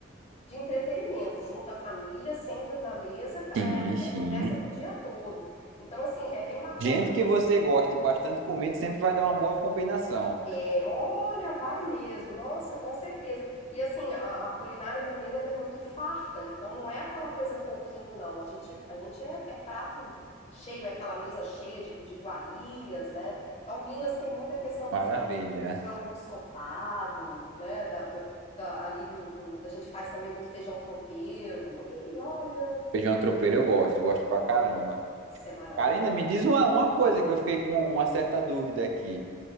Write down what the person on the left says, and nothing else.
de entretenimento, junta a família, senta na mesa,
é,
é conversa pro dia todo. Então assim, é bem bacana
É, olha, vai mesmo. Nossa, com certeza. E assim, a, a culinária maneira ela é muito farta, então não é aquela coisa pouquinho, não. A gente, a gente é, é prato cheio, é aquela mesa cheia de, de iguarias, né? Então, Minas tem muita questão do
frango, do frango ensopado, né? Da, do- da- ali do, do- da gente faz também muito feijão tropeiro. Ih, olha,
isso é maravilhoso.